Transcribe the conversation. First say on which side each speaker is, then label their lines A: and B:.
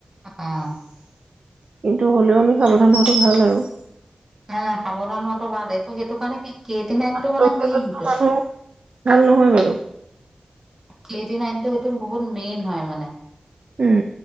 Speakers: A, on the right; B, on the right.
A: আহ
B: কিন্তু হ'লেও আমি সাৱধান হোৱাাতটো ভাল আৰু
A: ন নাই সাৱধান টো ভালেই ত সেইটো কাৰণে কি কেটি নাইনটো মানে
B: ব্লকেজতটো
A: মেইনটো
B: মানুহ ভাল নহয় বাৰু।
A: কেটি নাইনটো সেইটো বহুত মেইন হয় মানে
B: উম